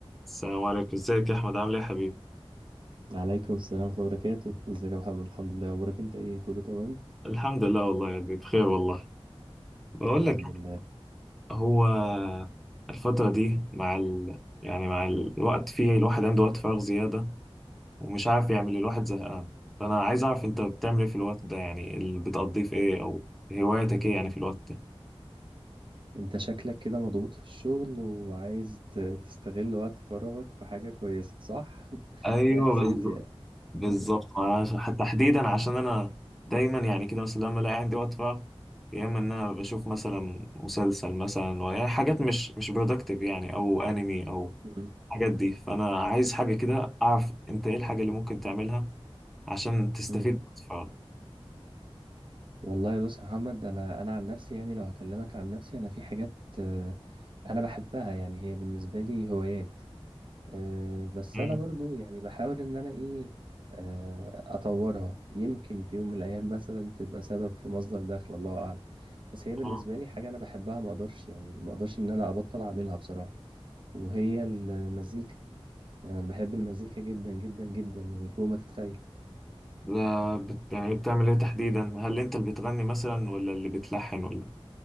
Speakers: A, in the centre; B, on the right.
A: السلام عليكم ازيك يا احمد عامل ايه يا حبيبي
B: عليكم السلام ورحمة الله وبركاته ازيك يا محمد الحمد لله اخبارك انت ايه كله تمام
A: الحمد لله والله يعني بخير والله بقول
B: الحمد
A: لك
B: لله
A: هو الفترة دي مع ال... يعني مع الوقت فيه الواحد عنده وقت فراغ زيادة ومش عارف يعمل الواحد زهقان فانا عايز اعرف انت بتعمل ايه في الوقت ده يعني اللي بتقضيه في ايه او هواياتك ايه يعني في الوقت ده
B: انت شكلك كده مضغوط في الشغل وعايز ت- تستغل وقت فراغك في حاجة كويسة صح <laughs>
A: ايوه
B: ده احساسي
A: بالظبط
B: يعني
A: بالظبط
B: <laughs>
A: عشان- حتى تحديدا عشان انا دايما يعني كده مثلا لما الاقي عندي وقت فراغ يا اما ان انا بشوف مثلا مسلسل مثلا يعني حاجات مش مش برودكتيف يعني او انمي او
B: مم.
A: الحاجات دي فانا عايز حاجه كده اعرف انت ايه الحاجه اللي ممكن تعملها عشان تستفيد
B: مم.
A: من الفراغ
B: والله بص يا محمد انا انا عن نفسي يعني لو هكلمك عن نفسي انا في حاجات آه، انا بحبها يعني هي بالنسبة لي هوايات أه، بس
A: مم.
B: انا برضو يعني بحاول ان انا ايه أه، اطورها يمكن في يوم من الايام مثلا تبقى سبب في مصدر دخل الله اعلم بس هي بالنسبه
A: اه
B: لي حاجه انا بحبها ما اقدرش يعني ما اقدرش ان انا ابطل اعملها بصراحه وهي المزيكا يعني انا بحب المزيكا جدا جدا جدا يعني فوق ما تتخيل
A: لا بت... يعني بتعمل ايه تحديدا هل انت اللي بتغني مثلا ولا اللي بتلحن ولا